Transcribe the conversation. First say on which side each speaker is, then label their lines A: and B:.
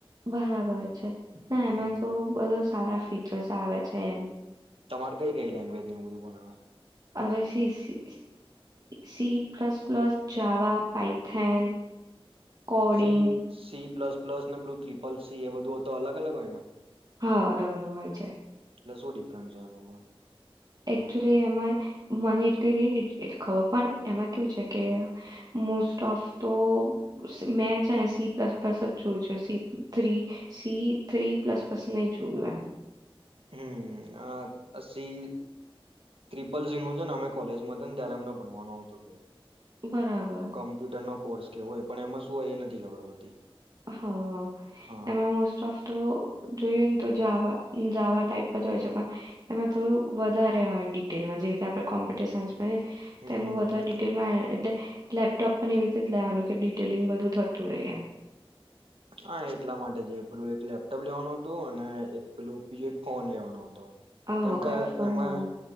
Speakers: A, on the right; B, on the right.
A: બરાબર છે ના
B: હમ
A: એમાં તો બધો સારા ફીચર્સ આવે છે. છે એમ.
B: તમારે કઈ કઈ લેંગ્વેજ એ બધું ભણાવે?
A: અરે C C plus plus Java Python. coding
B: C C plus plus ને બ્લુ ત્રિપલ સી એ બધું હો તો અગ અલગ હોય ને!
A: હા અલગ અલગ હોય છે.
B: એટલે શું ડિફ્રેન્સ હોય એમા
A: એકચુલી એમાં મને એટલી નહી ડિટેલ ખબર પણ એમાં કેવું છે કે મોસ્ટ ઓફ તો મેં છે ને સી પ્લસ પ્લસ જ જોયું છે C C three plus plus નહી જોયું એમ.
B: હમ્મ આ સી ટ્રિપલ સી નું છે ને અમે કોલેજમાં છે ને ત્યારે અમને ભણવાનું આવતો હતું
A: એમ બરાબર
B: કોમ્પ્યુટરનો કોર્સ કે હોય પણ એમાં શું હોય એ નથી ખબર પડતી.
A: હ
B: હા
A: એમાં મોસ્ટ ઓફ તો જોઈએને તો જાવા જાવા ટાઈપ જ હોય છે. પણ એમાં થોડું વધારે હોય ડિટેલમાં જેવી રીતે આપણે કોમ્પ્યુટર સાયન્સમાં અને
B: હમ
A: તેમાં વધારે ડિટેલમાં એટલે લેપટોપ પણ એવી રીતે જ લેવાનું કે ડિટેલિંગ બધું થતું રહે એમ.
B: હા એટલા માટે જે પેલું એક લેપટોપ લેવાનું હતું અને એક પેલું બીજો એક ફોન લેવાનો હતો.
A: આહો
B: કેમ કે
A: કયો ફોન
B: એમાં
A: આવે